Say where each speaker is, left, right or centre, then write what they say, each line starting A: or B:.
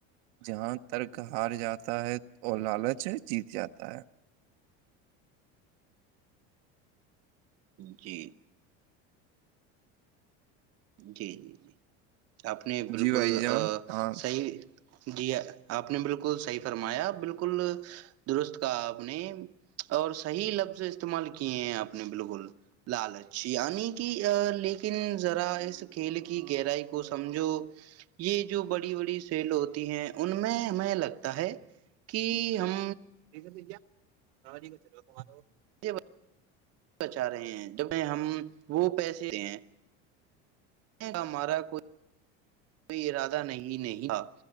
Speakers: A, on the right; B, on the right.
A: جہاں ترک ہار جاتا تا ہے اور لالچ جیت جاتا ہے
B: جی جی جی جی آپ نے بالکل
A: جی بھائی جان ہاں
B: صیح جی آپ نے بالکل صحیح فرمایا بالکل درست کا آپ نے اور صحیح لفظ استعمال کیے ہیں آپ نے بالکل لالچچ آ کی ذرا اس کھیل کی گہرائی کو سمجھو یہ جو بڑی بڑی کھیل ہوتی ہیں ان میں ہمیں لگتا ہے کہ ہم
A: ٹھیک ہے سھیا کورا ہمارے
B: پیسے بچا رہے ہیں ج میں ہم وہ پیسے ہیں کا ہمارا کو کو ارادہ نہیں نہیں تھا